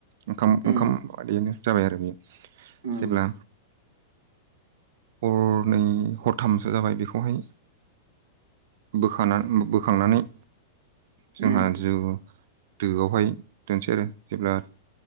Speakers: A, on the right (about 60°); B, on the right (about 85°).
A: ओंखाम
B: उम
A: ओंखाम बादिनो जाबाय आरो बे।
B: उम
A: जेब्ला हरनै हरथामसो जाबाय बेखौहाय बोखाना बोखांनानै। जोंहा
B: उम
A: जौउ दोआवहाय दोननोसै आरो। जेब्ला